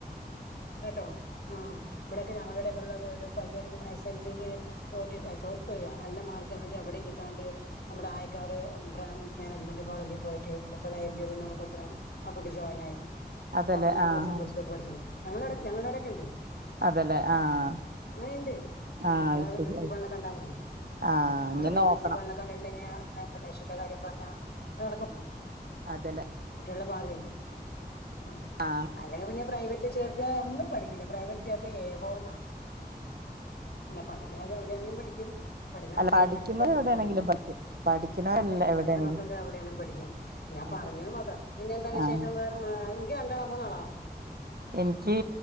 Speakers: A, on the left; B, on the right.
A: കേട്ടോ ഉം. ഇവിടൊക്കെ ഞങ്ങള്ടെ ഇവിട്ള്ള ഒരു പയ്യൻ എസ് എൽസിക്ക് തോറ്റിട്ട് തോൽക്ക്വല്ല. നല്ല മാർക്കില്ലാണ്ട് എവിടെം കിട്ടാണ്ട് നമ്മുടെ ആയക്കാട് മാനേജ്മെന്റ് കോളേജി പോയിട്ട് മുപ്പതിനായിരം രൂപ എന്തോ കൊടുത്തിടാണ് ആ കുട്ടി ജോയിൻ ആയത്.
B: അതല്ലേ
A: അപ്പൊ അവിട് ഇന്നാണ്
B: ആഹ്
A: പ്ലസ് വൺ പ്ല്ടു ഒക്കെ പഠിച്ചത് ഞങ്ങളുടെ ഔടെ ഞങ്ങളുടെ അടൊക്കെ ഇണ്ട്.
B: അതെല്ലെ ആഹ്
A: അങ്ങനീ ഇണ്ട് ഉം
B: ആഹ്
A: അതവരുടെ
B: അത് ശരി
A: പ്രിൻസിപ്പളിനെ കണ്ടാ മതി
B: ആഹ്
A: അവിടെ
B: ഇഞ്ഞി
A: പോയി
B: നോക്കണം
A: പ്രിൻസിപ്ള്നെ കണ്ട് കഴിഞ്ഞാൽ <unintelligible> ണേഷന്റെ കാര്യം പറഞ്ഞ നടക്കും
B: അതെല്ലെ
A: കുട്ട്യേളെ ഭാവിയല്ലേ അം
B: ആഹ്
A: അല്ലെങ്കി പിന്നെ പ്രൈവറ്റിൽ ചേർത്ത്യാ ഒന്നും പഠിക്കില്ല പ്രൈവറ്റിൽ ചേർത്താൽ എതോന്നാണ് പിന്നെ പഠിക്കണവര് എവിടെയാണെങ്കിലും പഠിക്ക്യും പഠിക്ക്ന്ന
B: അല്ല
A: മക്കൾ
B: പഠിക്കുന്നവര്
A: എവിടെയാണെലും പഠിക്കും
B: എവിടെയാണെങ്കിലും
A: അതല്ല
B: പഠിക്കും പഠിക്കുന്നവരല്ല
A: അതെ പഠിക്കുന്ന
B: എവിടെയാണെങ്കിലും
A: മക്കൾക്ക് എവിടെയാണങ്കിലും പഠിക്കും ഞാൻ
B: അതെ
A: പറഞ്ഞത് മാത്രം. പിന്നെ എന്താ വിശേഷം
B: ആഹ്
A: വേറെ എങ്കി രണ്ടാളോ മൂന്നാളോ?
B: എനിക്ക്